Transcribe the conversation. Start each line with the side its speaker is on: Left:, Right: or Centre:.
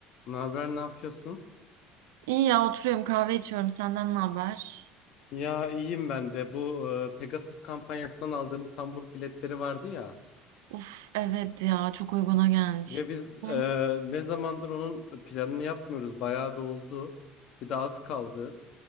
Left: Ne haber, ne yapıyorsun?
Right: İyi ya oturuyorum kahve içiyorum. Senden ne haber?
Left: Ya iyiyim ben de. Bu e, Pegasus kampanyasından aldığımız Hamburg biletleri vardı ya.
Right: Uf evet ya çok uyguna gelmişti.
Left: Ya biz e,
Right: Hı,
Left: ne zamandır onun planını yapmıyoruz. Bayağı da oldu. Bir de az kaldı.